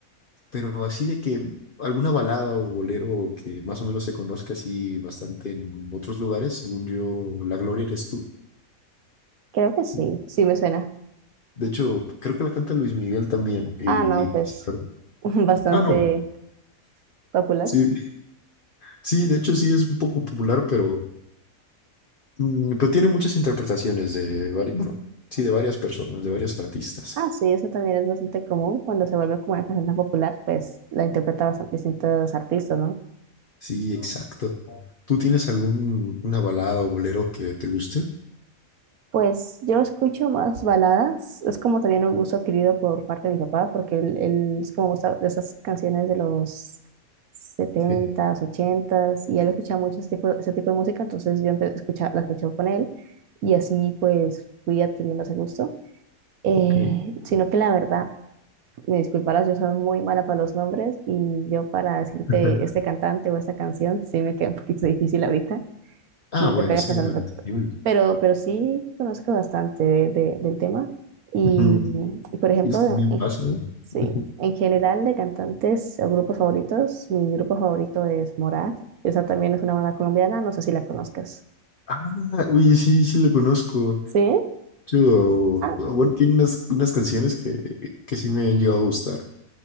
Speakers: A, on the left; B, on the right.
A: pero así de que alguna balada o bolero que más o menos se conozca así bastante en otros lugares, según yo, La Gloria eres tú.
B: creo que sí,
A: Sí.
B: sí me suena.
A: De hecho, creo que la canta Luis Miguel también, y,
B: Ah, no, pues
A: pues, la verdad-
B: <laughs> bastante
A: ah, no.
B: popular.
A: Sí, Sí, de hecho sí es un poco popular, pero, mm, pero tiene muchas interpretaciones de varios, bueno, sí, de varias personas, de varios artistas.
B: Ah, sí, eso también es bastante común cuando se vuelve como una canción tan popular, pues la interpreta bastante distintos artistas, ¿no?
A: Sí, exacto. ¿Tú tienes algún una balada o bolero que te guste?
B: Pues yo escucho más baladas, es como también un gusto adquirido por parte de mi papá, porque él, él es como gusta de esas canciones de los setentas,
A: Sí.
B: ochentas y él escuchaba mucho ese tipo, ese tipo de música, entonces yo empe- escucha- la escuchaba con él y así pues fui adquiriendo ese gusto. Eh,
A: Ok.
B: sino que la verdad, me disculparás, yo soy muy mala para los nombres y yo para decirte
A: <laughs>
B: este cantante o esta canción, sí me queda un poquito difícil ahorita
A: Ah,
B: y me
A: bueno,
B: tocaría
A: sí,
B: pensar
A: no,
B: un
A: entendible.
B: poquito. Pero, pero sí conozco bastante de- de- del tema. Y,
A: Ujú.
B: y, por ejemplo,
A: Y eso también
B: en,
A: pasa, ¿eh?
B: sí,
A: <laughs> Ujú.
B: en general de cantantes o grupos favoritos, mi grupo favorito es Morat. Esa también es una banda colombiana, no sé si la conozcas.
A: Ah, oye, sí, sí lo conozco.
B: ¿Sí?
A: Yo,
B: Ah,
A: ah, bueno, tiene unas, unas canciones que, que sí me han llegado a gustar.